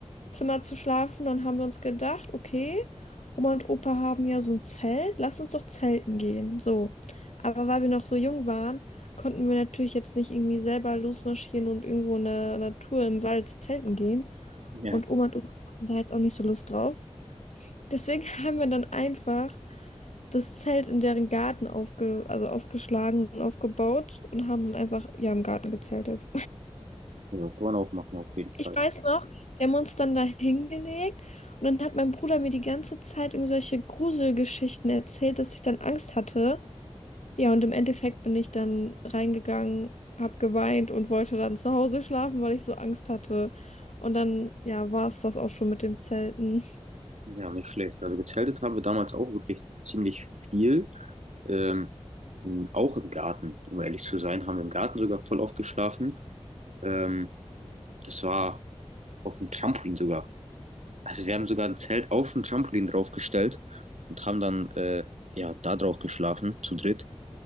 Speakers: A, on the left; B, on the right.
A: Zimmer zu schlafen. Dann haben wir uns gedacht, okay, Oma und Opa haben ja so ein Zelt, lass uns doch zelten gehen. So. Aber weil wir noch so jung waren, konnten wir natürlich jetzt nicht irgendwie selber losmarschieren und irgendwo in der Natur im Wald zelten gehen.
B: Ja,
A: Und Oma und Opa hatten da jetzt auch nicht so Lust drauf. Deswegen <laughs> haben wir dann einfach das Zelt in deren Garten aufge also aufgeschlagen und aufgebaut und haben dann einfach ja im Garten gezeltet.
B: ja, kann man auch machen, auf jeden
A: Ich
B: Fall.
A: weiß noch, wir haben uns dann da hingelegt und dann hat mein Bruder mir die ganze Zeit irgendwelche Gruselgeschichten erzählt, dass ich dann Angst hatte. Ja, und im Endeffekt bin ich dann reingegangen, hab geweint und wollte dann zu Hause schlafen, weil ich so Angst hatte. Und dann, ja, war es das auch schon mit dem Zelten.
B: Ja, nicht schlecht. Also gezeltet haben wir damals auch wirklich ziemlich viel. Ähm, m, auch im Garten, um ehrlich zu sein, haben wir im Garten sogar voll oft geschlafen. Ähm, das war auf dem Trampolin sogar. Also wir haben sogar ein Zelt auf dem Trampolin draufgestellt und haben dann äh, ja da drauf geschlafen zu dritt.